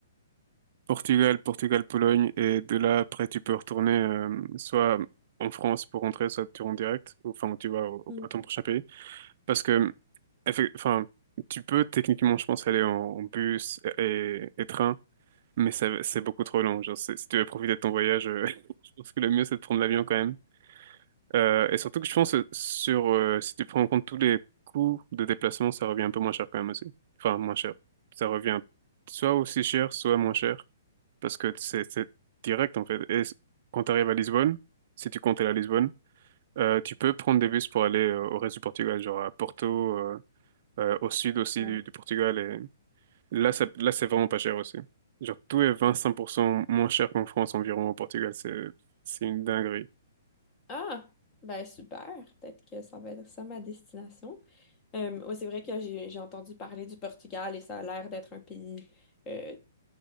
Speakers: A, on the right (about 45°); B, on the left (about 20°).
A: Portugal, Portugal, Pologne, et de là, après, tu peux retourner euh, soit en France pour rentrer, soit tu rentres direct, ou, enfin, tu vas au- au-
B: Mm.
A: à ton prochain pays. Parce que, effe- enfin, tu peux techniquement, je pense, aller en, en bus et, et train, mais ça- c'est beaucoup trop long. Genre, c'est- si tu veux profiter de ton voyage, euh, <laughs> je pense que le mieux, c'est de prendre l'avion quand même. Euh, et surtout que je pense, euh, sur, euh, si tu prends en compte tous les coûts de déplacement, ça revient un peu moins cher quand même aussi. Enfin, moins cher. Ça revient soit aussi cher, soit moins cher parce que c'est c'est direct en fait. Et c- quand tu arrives à Lisbonne, si tu comptes aller à Lisbonne, euh, tu peux prendre des bus pour aller euh, au reste du Portugal, genre à Porto, euh, euh, au sud aussi
B: Ouais.
A: du, du Portugal. Et là, ça- là, c'est vraiment pas cher aussi. Genre tout est 25% moins cher qu'en France environ au Portugal. C'est c'est une dinguerie.
B: Ah, ben super. Peut-être que ça va être ça ma destination. Euh, ouais, c'est vrai que j'ai j'ai entendu parler du Portugal et ça a l'air d'être un pays euh,